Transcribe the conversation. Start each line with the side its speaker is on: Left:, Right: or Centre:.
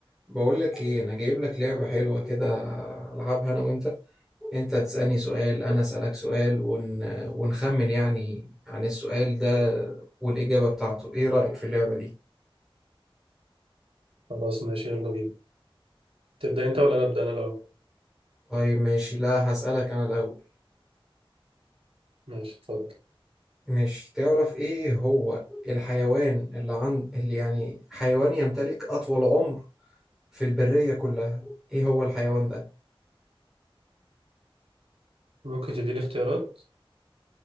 Centre: بقول لك ايه انا جايب لك لعبة حلوة كده العبها انا وانت انت تسألني سؤال انا اسألك سؤال ون... ونخمن يعني عن السؤال ده والإجابة بتاعته ايه رأيك في اللعبة دي
Right: خلاص ماشي يلا بينا تبدأ انت ولا نبدأ انا الاول
Centre: طيب ماشي لا هسألك انا الاول
Right: ماشي اتفضل
Centre: ماشي تعرف ايه هو الحيوان اللي عند اللي يعني حيوان يمتلك اطول عمر في البرية كلها ايه هو الحيوان ده
Right: ممكن تديني اختيارات